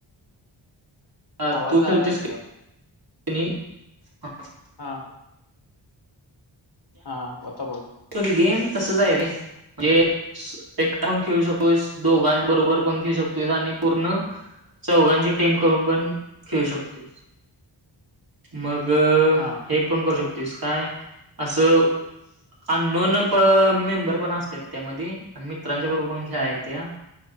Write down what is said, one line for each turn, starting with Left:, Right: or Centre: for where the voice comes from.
Right: अ
Left: आवाज
Right: तूं
Left: आला
Right: खेलंतीस
Left: तुझा
Right: किनी हं
Left: हां हां आंता बोल
Right: तरं गेम तसंच आहे रे एकटं पणं खेळूं सकतोस दोघां बरोबर पणं खेळूं शकतोय आणि पूर्ण चौघांची टीम करूंन पणं खेळूं शकतोस मंग अं
Left: हा
Right: हे पणं करूं शकतेसं कायं असं आनोन प मेंबर पणं असतां त्यांमध्ये आणि मित्रांच्या बरोबर पणं खेळा येत्यां